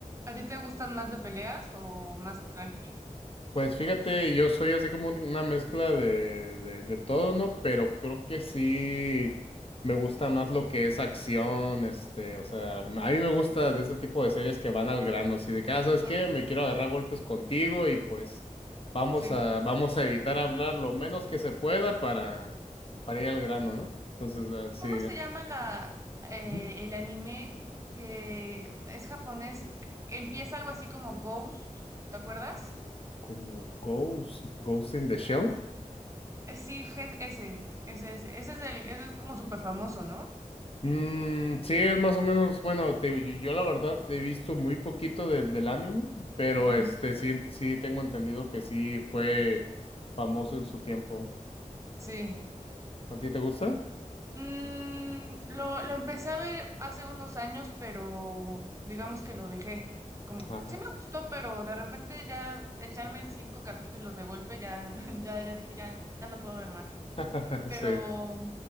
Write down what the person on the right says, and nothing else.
¿A ti te gustan más de peleas o más tranqui?
Mm.
Sí.
¿Cómo se llama la, eh,
el anime que es japonés? Empieza algo así como Ghost, ¿te acuerdas?
Eh, sí, je- ese, ese, ese, ese es el, ese es como súper famoso, ¿no?
Ujú,
sí.
Mm, lo, lo empecé a ver hace unos años, pero digamos que lo dejé. Como,
sí me gustó, pero de repente ya echarme cinco capítulos de golpe, ya, <laughs> ya, ya dije, ya, ya no puedo ver más.
Pero,